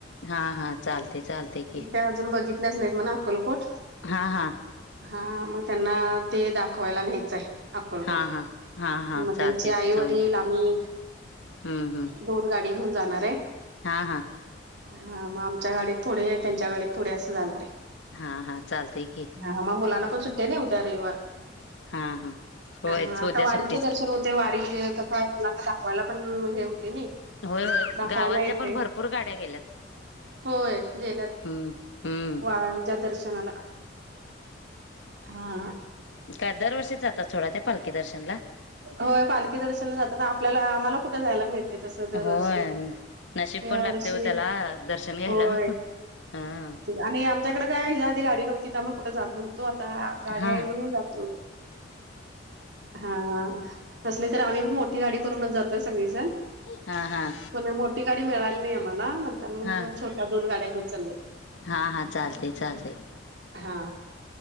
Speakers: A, on the left; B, on the right.
A: हा, हा चालते, चालते. की
B: त्या अजून बघितल्याच नाहीत म्हण अक्कलकोट.
A: हा हा
B: हा, मग त्यांना ते दाखवायला न्हायच हाय. अक्कलकोट,
A: हा हा हा हा
B: मग
A: चालते
B: त्यांचे आई
A: की
B: -वडील
A: जाऊन या
B: आम्ही
A: हम्म हम्म
B: दोन गाडी घेऊन जाणार हाय.
A: हा, हा.
B: हा मग, आमच्या गाडीत थोडे, त्यांच्या गाडीत थोडे असं जाणार हाय.
A: हा, हा चालतय की.
B: हा मग मुलाना पण सुट्टे नाही उद्या रविवार
A: हा हा होय
B: ह आता
A: उद्या
B: वारीचे
A: सुट्टीच
B: दर्शन
A: की
B: होत ते वारी कसं आहे मुलाला दाखवायला पण हे होते नाही
A: होय होय
B: दाखवायला
A: गावातल्या
B: येतेय
A: पण भरपूर गाड्या गेल्यात
B: होय गेल्यात
A: हम्म हम्म
B: वाळांच्या दर्शनाला हा
A: काय दरवर्षी जातात सोळा त्या पालखी दर्शन ला
B: हो पालखीचा दर्शन जातात आपल्याला मला कुठे जायला मिळत ते तस दरवर्षी
A: होय नशीब
B: या
A: पण लागते
B: वर्षी
A: हो त्याला दर्शन घ्यायला
B: होय
A: हा
B: आणि आमच्याकडे काय या आधी गाडी नव्हती त्यामुळे कुठं जात नव्हतो आता गाडी
A: हा
B: आहे म्हणून जातो हा असले तर आम्ही पण मोठी गाडी करूनच जातोय सगळीच जन
A: हा हा
B: पण मोठी गाडी मिळाली नाही आम्हाला तर मग
A: हा
B: छोट्या दोन गाड्या घेऊन चाल्लोत
A: हा हा चालते चालते
B: हा